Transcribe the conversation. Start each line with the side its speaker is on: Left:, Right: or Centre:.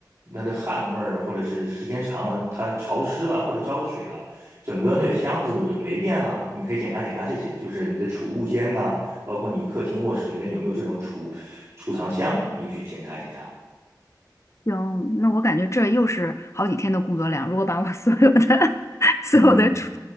Right: 那的汗味儿，或者是时间长了，它潮湿了，或者浇着水了，整个那个箱子霉变了，你可以检查检查这些，就是你的储物间呐、包括你客厅、卧室里边有没有这种储储藏箱，你去检查检查。
Left: 行，那我感觉这又是好几天的工作量。如果把我 <laughs> 所有的 <laughs>、所有的储
Right: 嗯